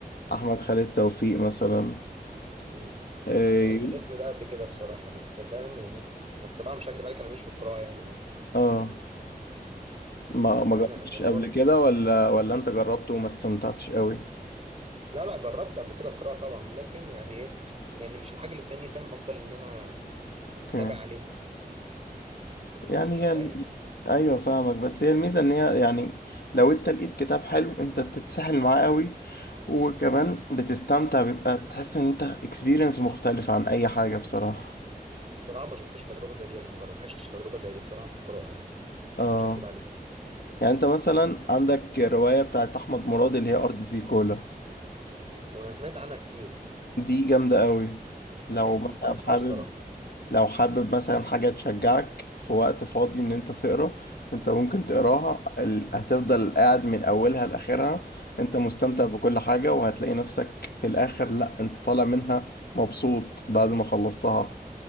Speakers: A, on the left; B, on the right.
A: احمد خالد توفيق مثلا
B: مم.
A: إيه...
B: سمعت الاسم ده قبل كده بصراحه بس فاهم يعني الصراحه مش هكدب عليك انا مش في القراءه يعني اوي
A: اه ما ما
B: يعني
A: جربتش
B: انا في حوار
A: قبل كده ولا ولا انت جربته وما استمتعتش قوي
B: لا لا جربت قبل كده القراءه طبعا لكن يعني ايه يعني مش الحاجه اللي تخليني فاهم افضل ان انا اتابع
A: امم
B: عليها
A: يعني هي
B: فاهم
A: ال... ايوه فاهمك بس هي الميزه ان هي يعني لو انت لقيت كتاب حلو انت بتتسحل معاه قوي وكمان بتستمتع بيبقى بتحس ان انت اكسبيرينس مختلف عن اي حاجه بصراحه
B: بصراحه ما شفتش تجربه زي دي انا ما جرب- ما عشتش تجربه زي دي بصراحه في القراءه يعني
A: اه
B: مش هكدب عليك
A: يعني انت مثلا عندك روايه بتاعت احمد مراد اللي هي ارض زيكولا
B: وانا سمعت عنها كتير
A: دي جامده قوي لو
B: بس
A: مثلا
B: ما قراتهاش
A: حابب
B: صراحه
A: لو حابب مثلا حاجة تشجعك في وقت فاضي ان انت تقرا انت ممكن تقراها ال- هتفضل قاعد من اولها لاخرها انت مستمتع بكل حاجة وهتلاقي نفسك في الاخر لا انت طالع منها مبسوط بعد ما خلصتها